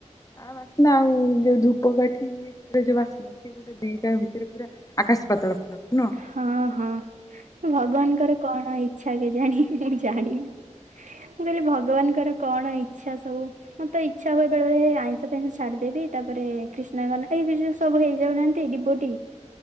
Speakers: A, on the left; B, on the right.
A: ଆ ବାସ୍ନା ଆଉ ଯୋଉ ଧୂପକାଠି ରେ ଯୋଉ ବାସନା ସେ ଗୋଟେ ଦିଟା ଭିତରେ ପୁରା ଆକାଶ ପାତଳ ଫରକ।
B: ହଁ ହଁ ଭଗବାନଙ୍କର କଣ ଇଚ୍ଛା କେଜାଣି? ମୁଁ ଜାଣିନି, ମୁଁ କହିଲି ଭଗବାନଙ୍କର କଣ ଇଚ୍ଛା ସବୁ ମତେ ଇଚ୍ଛା ହୁଏ ବେଳେ ବେଳେ ଆଇଁଷ ଫାଇଁସ ଛାଡିଦେବି ତାପରେ କ୍ରିଷ୍ଣା ଗନ ଏଇ ଏବେ ଯୋଉ ସବୁ ହେଇଯାଉନାହାନ୍ତି ଡିିବୋଟି।